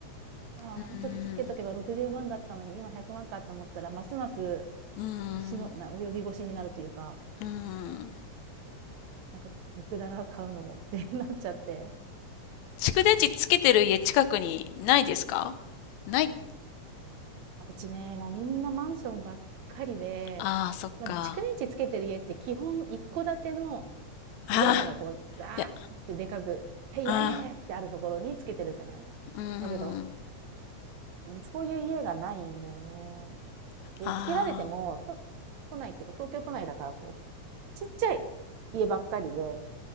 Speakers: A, on the right; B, on the left.
A: ああ、
B: うーん。
A: あん時つけとけば60万だったのに今100万かって思ったら、ますます
B: うーん。
A: しのな及び腰になるというか、
B: うーん。
A: なんか逆だな、買うのもって <laughs> なっちゃって。
B: 蓄電池つけてる家近くにないですかない。
A: あ、うちね、もうみんなマンションばっかりで、
B: ああ、そっか。
A: まず蓄電池つけてる家って基本1戸建ての
B: ああ、
A: こう屋根がこうザーってでかく、
B: いや、
A: はい、
B: ああ。
A: 屋根ってあるところにつけてるじゃない。
B: うーん。
A: だけど、うん、そういう家がないんだよね。で、
B: あ
A: つけられても、と都内っていうか、東京都内だからこう、ちっちゃい家ばっかりで、